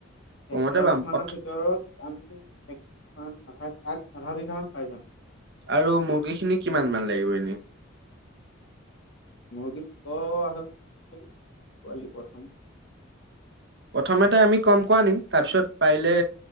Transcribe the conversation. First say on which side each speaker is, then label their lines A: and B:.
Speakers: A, on the right (about 55°); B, on the left (about 65°).
A: কমতে
B: এক লাখ
A: পাম পথ-
B: মানৰ ভিতৰত আমি এক আধাই আগ আধা বিঘাামান পাই যাম।
A: আৰু মুৰ্গীখিনি কিমান মান লাগিব এনে?
B: মুৰ্গী দুখৰ অহ পোৱালি প্ৰথম
A: প্ৰথম'তে আমি কমকে আনিম তাৰপিছত পাৰিলে